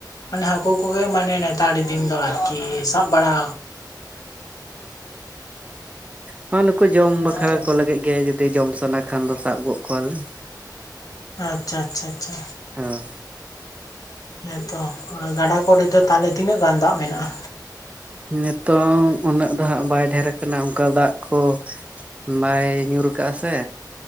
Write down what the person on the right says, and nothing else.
ᱦᱚᱸ ᱟᱨ ᱱᱩᱠᱩ ᱡᱚᱢ
ᱵᱟᱠᱷᱨᱟ ᱠᱚ ᱞᱟᱹᱜᱤᱫ ᱜᱮ ᱡᱩᱫᱤ ᱛᱮ ᱡᱚᱢ ᱥᱟᱱᱟ ᱠᱷᱟᱱ ᱫᱚ ᱥᱟᱵ ᱜᱚᱜ ᱠᱚᱣᱟᱞᱮ
ᱦᱳᱭ
ᱱᱤᱛᱚᱝ ᱩᱱᱟᱹᱜ ᱫᱚ ᱦᱟᱸᱜ ᱵᱟᱭ ᱰᱷᱮᱨ ᱟᱠᱟᱱᱟ ᱚᱱᱠᱟ ᱫᱟᱜ ᱠᱚ ᱵᱟᱭ ᱧᱩᱨ ᱠᱟᱜᱼᱟ ᱥᱮ᱾